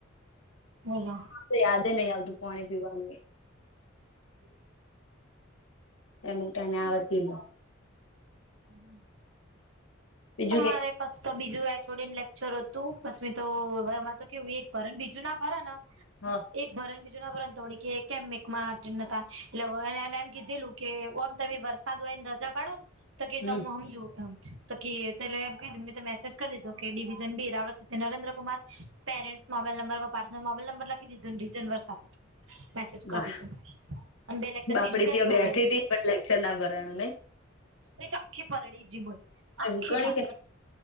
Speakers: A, on the right; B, on the left.
A: બોલો
B: તો યાદ ની આવતું પોણી પીવાનુ એમ તને આવતી લો
A: <unintelligible>
B: બીજું
A: તો
B: કે
A: મારે તો બીજું રેકોર્ડિંગ લેક્ચર હતું, બસ મી તો હવે માર તો કેવું એક ભર બીજું ના ભરન
B: હા
A: એક ભરન બીજો ના ભરન તો ડી કે કેમ મેકમાં એટલેને એમ કીધેલું કે ઓમ તમે વરસાદ હો એને રજા પાડો ને તો કે
B: હમ
A: તમે સમજુ તો કે એટલે એમ કે તો મેસેજ કરી દીધો કે ડિવિઝન, બી, રાવડ ત Narendra Kumar, parents mobile number માં પાછળ મોબાઈલ નંબર લખી દીધોન રીટન વર્ક આપી દીધો, મેસેજ
B: વાહ
A: કર દીધો અને બે લેક્ચર
B: બાપડી
A: ત્રીજું કેન્સલ
B: ત્યા બેઠી
A: થઈ
B: તી પણ લેક્ચર ના ભરાણુ ન ઈ
A: આખી પલડી જી બોલ
B: નઈ
A: આખી
B: હુકણી
A: લાગ
B: કે